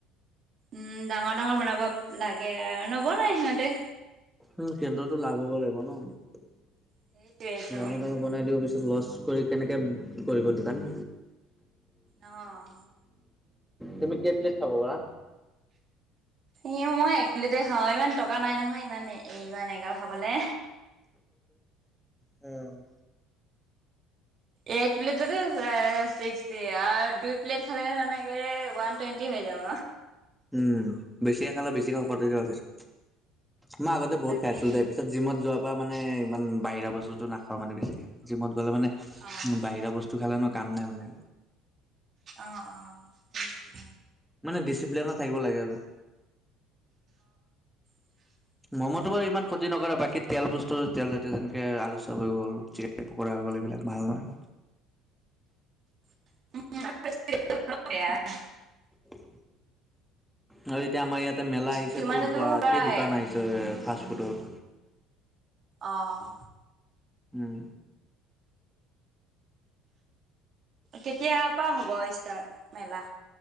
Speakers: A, on the right; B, in the centre.
A: উম, ডাঙৰ ডাঙৰ বনাব লাগে, আৰু নবনাই সিহঁতে
B: উম, সিহঁতৰটো লাভ হ'ব লাগিব ন'
A: সেইটোৱেইটো
B: ডাঙৰ ডাঙৰ বনাই দিব পিছত লছ কৰি কেনেকৈ কৰিব দোকান।
A: অঁ'।
B: তুমি কেই প্লেট খাব পাৰা?
A: এ মই এক প্লেটে খাওঁ, ইমান টকা নাই নহয় ইমান ইমান এগাল খাবলে।
B: উম।
A: এক প্লেটতে ছিক্সটি আৰু দুই প্লেট খালে <unintelligible> ওৱান টুৱেণ্টি হৈ যাব।
B: উম, বেছিকে খালে বেছিকৈ শকত হৈ যাবা পিছত। মই
A: এই
B: আগতে বহুত
A: তাকে
B: খাইছিলো দেই পিছত জিমত যোৱা পা মানে ইমান বাহিৰা বস্তুতটো নাখাওঁ মানে বেছিকে, জিমত গ'লে মানে উম,
A: অ'
B: বাহিৰা বস্তু খালে হেনো কাম নাই মানে।
A: অ ', অ ', সেইটো।
B: মানে ডিচিপ্লিনত থাকিব লাগে আৰু।
A: উ <inaudible>
B: ম'ম'টো বাৰু ইমান ক্ষতি নকৰে, বাকী তেল বস্তু, তেল তাতে তেনেকে আলু চাব হ'ল পকৰা, এইবিলাক, ভাল নহয়।
A: <unintelligible>
B: আৰু এতিয়া আমাৰ ইয়াতে মেলা আহিছে
A: কিছুমানেতো
B: তো, বা
A: প্ৰায়
B: কি দোকান আহিছে। যে ফাষ্টফুডৰ
A: অঁ।
B: উম।
A: কেতিয়াৰ পৰা হ'ব ষ্টাৰ্ট মেলা,